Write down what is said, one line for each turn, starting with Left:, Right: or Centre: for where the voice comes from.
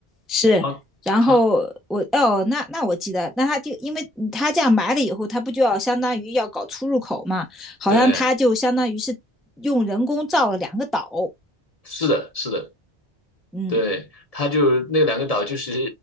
Centre: 是，
Left: 然后他
Centre: 然后我哦，那那我记得，那他就因为他这样埋了以后，他不就要相当于要搞出入口嘛？好像他就相当于是用人工造了两个岛，
Left: 对，是的，是的，
Centre: 嗯，
Left: 对，他就那两个岛就是